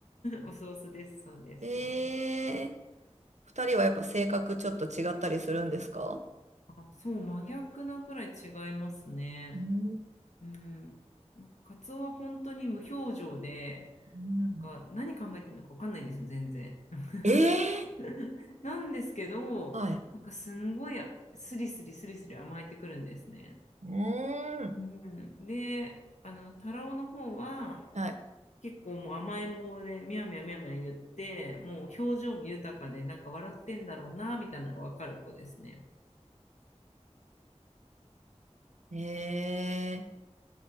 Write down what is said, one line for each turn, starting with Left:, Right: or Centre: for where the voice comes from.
Left: おソースです。そうです。
Right: え
Left: そうです。
Right: ー、二人はやっぱ性格ちょっと違ったりするんですか
Left: あ、そう、真逆なくらい違いますね。
Right: うん。
Left: うん、カツオは本当に無表情で、
Right: うん
Left: なんか何考えてるのか分かんないんですよ、全然。<laughs>
Right: えー、
Left: なんですけど、
Right: はい。
Left: なんかすんごいスリスリスリスリ甘えてくるんですね。
Right: うーん。
Left: うん、で、あの、タラオの方は
Right: はい。
Left: 結構もう甘えん坊で、みやみやみやみや言って、もう表情も豊かで、なんか笑ってんだろうな、みたいなのが分かる子ですね。
Right: えー。